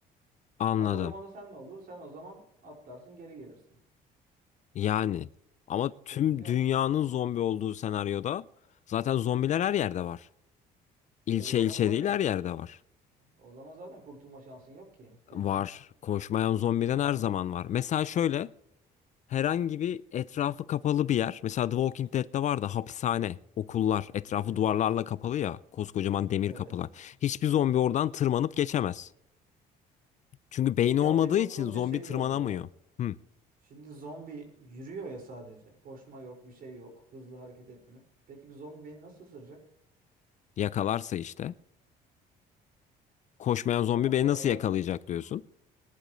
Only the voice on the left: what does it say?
Anladım.
Yani ama
tüm
dünyanın
zombi olduğu senaryoda zaten zombiler her yerde var. İlçe
ilçe
değil her yerde var.
Var. Koşmayan zombiden
her
zaman var. Mesela şöyle herhangi bir etrafı kapalı bir yer. Mesela The Walking Dead'de var da hapishane, okullar, etrafı
duvarlarla kapalı ya, koskocaman demir
kapılar. Hiçbir zombi oradan tırmanıp geçemez. Çünkü beyni
olmadığı
için zombi
tırmanamıyor.
Hı,
yakalarsa işte. Koşmayan zombi
beni
nasıl yakalayacak diyorsun.